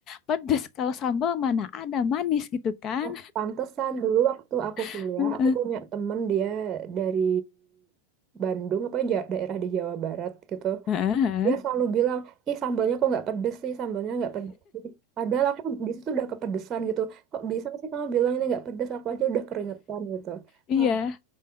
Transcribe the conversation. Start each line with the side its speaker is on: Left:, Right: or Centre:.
Left: pedes kalau sambal mana ada manis gitu kan.
Right: Oh, pantesan dulu waktu aku
Left: <laughs>
Right: kuliah, aku
Left: Heeh,
Right: punya temen dia dari Bandung apa ja- daerah di Jawa Barat gitu.
Left: heeh,
Right: Dia selalu bilang, ih sambalnya kok nggak pedes sih, sambalnya nggak pedes sih. Padahal aku di situ udah kepedesan gitu. Kok bisa sih kamu bilang ini nggak pedes? Aku aja udah keringetan gitu.
Left: Iya,
Right: Wah,